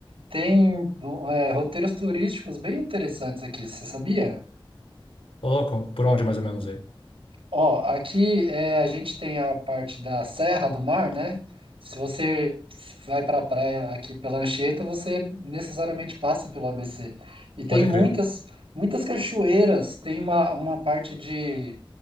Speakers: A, on the right; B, on the left.
A: tem, é, roteiros turísticos bem interessantes aqui, você sabia?
B: Ô, louco, por onde mais ou menos aí?
A: Ó, aqui é, a gente tem a parte da Serra do Mar, né? Se você vai para a praia aqui pela Anchieta, você necessariamente passa pelo ABC. E tem
B: Pode
A: muitas,
B: crer.
A: muitas cachoeiras, tem uma, uma parte de,